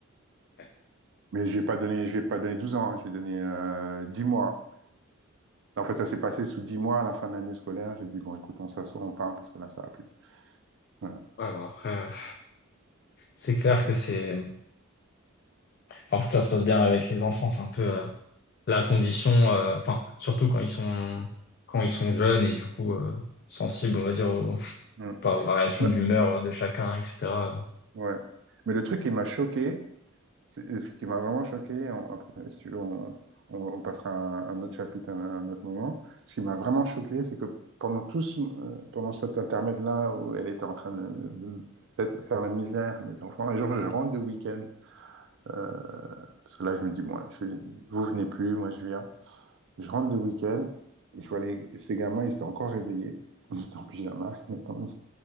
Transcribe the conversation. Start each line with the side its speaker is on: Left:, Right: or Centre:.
Left: Ouais,
Right: Mais je vais pas donné, je vais pas donné 12 ans, hein, je vais donner euh, 10 mois. En fait, ça s'est passé sous 10 mois à la fin de l'année scolaire. J'ai dit, bon, écoute, on s'assoit, on parle parce que là, ça va plus. Voilà.
Left: Ouais, bah, après, euh, pff, c'est clair que c'est. Enfin, pour que ça se passe bien avec les enfants, c'est un peu euh, la condition. euh, Enfin, surtout quand ils sont, quand ils sont jeunes et du coup euh, sensibles, on va dire, aux,
Right: Mm.
Left: pas aux variations
Right: Non,
Left: d'humeur de chacun, etc.
Right: ouais. Mais le truc qui m'a choqué, c'est- le truc qui m'a vraiment choqué, on- après, si tu veux, on, on passera à un un autre chapitre à un autre moment. Ce qui m'a vraiment choqué, c'est que pendant tout ce- euh, pendant cet intermède-là où elle était en train de, de- de faire la misère à mes enfants, et genre, je rentre de week-end, euh, parce que là, je me dis, bon, allez, je, vous venez plus, moi, je viens. Je rentre de week-end et je vois les, ces gamins, ils étaient encore réveillés. Ils étaient en pyjama. <laughs> Ils m'attendent.